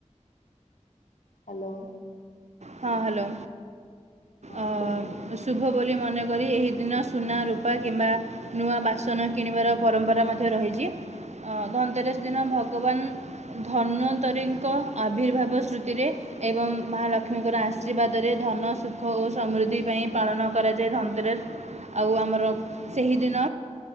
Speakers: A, on the left; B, on the right.
A: ହାଲୋ।
B: ହଁ ହାଲୋ
A: ହଁ
B: ଅ-ସୁ
A: କୁହନ୍ତୁ
B: ଶୁଭ ବୋଲି ମନେକରି ଏହି ଦିନ ସୁନା, ରୂପା କିମ୍ବା ନୂଆ ବାସନ କିଣିବାର ପରମ୍ପରା ମଧ୍ୟ ରହିଚି। ଅ-
A: ହୁଁ
B: ଧନତେରସ୍ ଦିନ ଭଗବାନ୍ ଧନ୍ୱନ୍ତରୀଙ୍କ ଆବିର୍ଭାବ ସ୍ମୃତିରେ ଏବଂ ମାଲକ୍ଷ୍ ଲକ୍ଷ୍ମୀଙ୍କର ଆଶୀର୍ବାଦରେ ଧନ ସୁଖ ଓ ସମୃଦ୍ଧି ପାଇଁ ପାଳନ କରାଯାଏ ଧନତେରସ୍। ଆଉ ଆମର ସେହିଦିନ